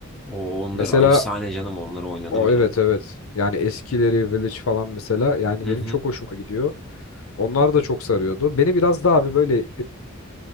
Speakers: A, in the centre; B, on the left (about 75°).
A: O onları
B: Mesela
A: efsane canım onları oynadım
B: o
A: ya.
B: evet evet. Yani eskileri Village falan mesela yani
A: Hı
B: benim
A: hı.
B: çok hoşuma gidiyor. Onlar da çok sarıyordu. Beni biraz daha abi böyle